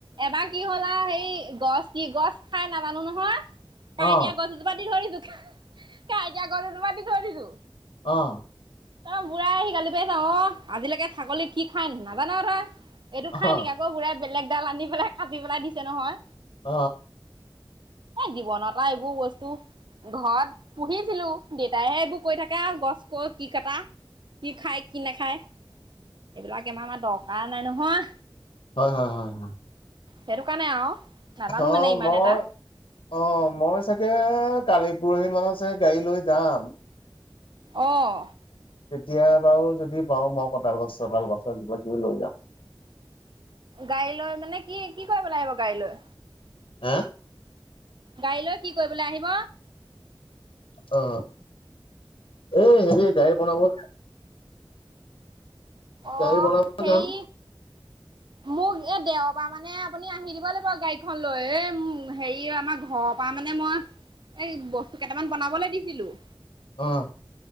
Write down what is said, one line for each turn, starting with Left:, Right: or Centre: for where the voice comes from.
Right: এবাৰ কি হ'ল আৰু সেৰি গছ কি গছ খাই নাজানো নহয়। নহয়।
Left: অ
Right: কাইটিয়া গছজোপা দি থৈ দিছোঁ। কাইটিয়া গছ এজোপা দি থৈ দিছোঁ।
Left: আহ।
Right: তাৰপা বুঢ়াই আহি গালি পাৰি আছে অ আজিলৈকে ছাগলী কি খাই নাজান তই। এইটো
Left: অ
Right: খাই নেকি আকৌ বুঢ়াই বেলেগ ডাল আনি পেলাই কাটি পেলাই দিছে নহয়।
Left: অ
Right: এ জীৱনত আৰু এইবোৰ বস্তু ঘৰত পুহিছিলোঁ দেউতাইহে এইবোৰ কৰি থাকে গছ কটা কি কটা। কি খাই কি নাখায় এইবিলাক আমাৰ আমাৰ দৰকাৰ নাই নহয়।
Left: হয় হয় হয় হয়।
Right: সেইটো কাৰণে আৰু নাজানো
Left: অ
Right: মানে ইমান
Left: মই
Right: এটা
Left: অ মই চাগে কালি পৰহি মান চাগে গাড়ী লৈ যাম।
Right: আহ।
Left: তেতিয়া বাৰু যদি পাও মই কটাল গছ চতাল গছত কিবাকিবি লৈ যাম।
Right: গাড়ী লৈ মানে কি কি কৰিব লাগিব গাড়ী লৈ?
Left: হে।
Right: গাড়ী লৈ কি কৰিবলৈ আহিব?
Left: অ এই হেৰি গাই বনাব
Right: আহ
Left: গাড়ী বনাব
Right: সেই
Left: যাম
Right: মোক এই দেওৰ পৰা মানে আপুনি আহি দিব লাগিব গাড়ীখন লৈ এ হেৰি আমাৰ ঘৰৰ পৰা মানে মই এই বস্তু কেইটামান বনাবলৈ দিছিলো।
Left: অ।